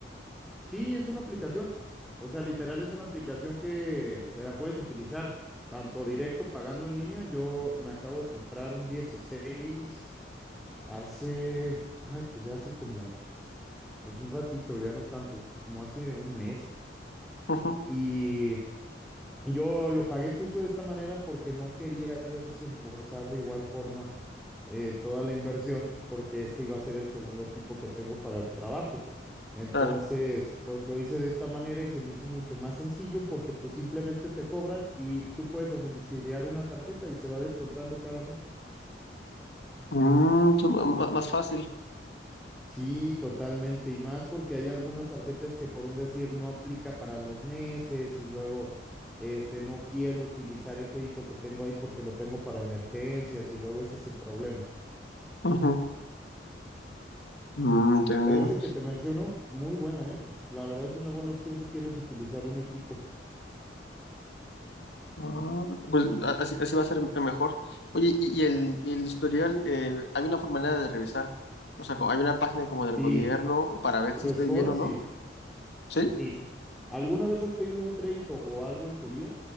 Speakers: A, in the centre; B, on the left.
A: Sí, es una aplicación. O sea, literal es una aplicación que, que la puedes utilizar tanto directo pagando en línea. Yo me acabo de comprar un 16 hace, ay, pues ya hace como pues un ratito, ya no tanto, como hace un mes.
B: Ujú,
A: Y yo lo pagué justo de esta manera porque no quería desembolsar de igual forma eh, toda la inversión, porque este iba a ser el segundo equipo que tengo para el trabajo. Entonces,
B: claro.
A: pues lo hice de esta manera y se me hizo mucho más sencillo porque pues simplemente te cobran y tú puedes domiciliar una tarjeta y se va descontando cada mes.
B: Mm, sí, ma- ma- más fácil.
A: Sí, totalmente. Y más porque hay algunas tarjetas que por un decir no aplica para los meses y luego este no quiero utilizar el crédito que tengo ahí porque lo tengo para emergencias y luego ese es el problema.
B: Ujú. Mm, entendido.
A: Pero ese que te menciono, muy buena, ¿eh? La verdad es una buena opción si quieres utilizar un equipo.
B: Ah, pues a- así, así va a ser mejor. Oye, y, y el, y el historial, eh, ¿hay una forma manera de revisar? O sea, ¿hay una página como del
A: Sí,
B: gobierno para ver
A: tu
B: si estoy
A: score,
B: bien o
A: sí,
B: no? ¿Sí?
A: sí. ¿Alguna vez has pedido un crédito o algo en tu vida?